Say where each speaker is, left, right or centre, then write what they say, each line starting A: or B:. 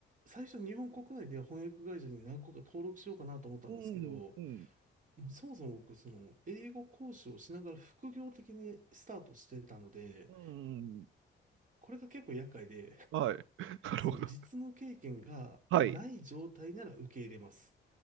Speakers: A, on the right (about 40°); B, on the right (about 80°).
A: 最初日本国内で翻訳会社に何個か登録しようかなと思ったんですけど、
B: うん、うん、
A: もうそもそも僕、その、英語講師をしながら副業的にスタートしてたので、
B: うん。
A: これが結構厄介で、
B: はい。<laughs>
A: <laughs>
B: なるほど。
A: その実務経験がない状態なら受け入れます。
B: はい。